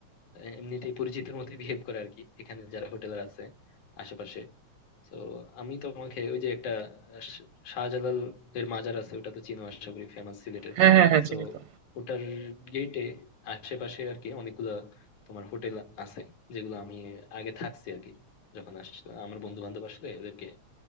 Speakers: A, on the left; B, on the right.
A: আহ, এমনিতেই পরিচিতের মতো বিহেভ করে আর কি এখানে যারা হোটেলার আছে আশেপাশে তো আমি তোমাকে ওই যে একটা আহ, শ- শাহজালাল এর মাজার আছে ওটা তো চিনো আশা করি ফেমাস সিলেটের
B: হ্যাঁ হ্যাঁ হ্যাঁ
A: তো
B: চিনি তো
A: ওটার গেটে আশেপাশে আর কি অনেকগুলা তোমার হোটেল আছে যেগুলো আমি আগে থাকছি আর কি যখন আসছিলাম আমার বন্ধু বান্ধব আসলে ওদেরকে